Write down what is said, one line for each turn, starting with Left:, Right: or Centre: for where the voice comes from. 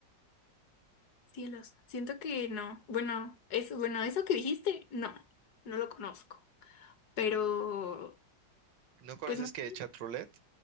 Left: Cielos. Siento que no. Bueno, eso, bueno, eso que dijiste, no, no lo conozco. Pero,
Right: ¿No conoces
Left: pues no.
Right: que
Left: sé.
Right: Chatroulette?